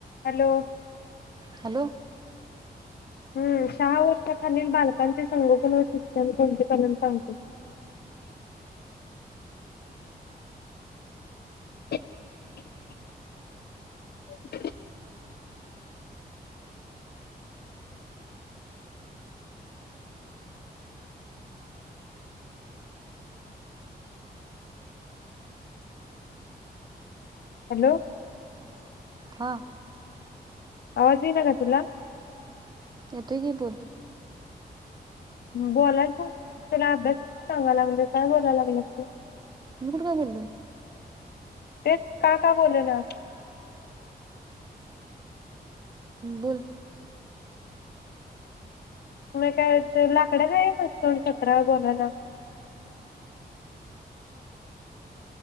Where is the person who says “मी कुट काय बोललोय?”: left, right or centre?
Right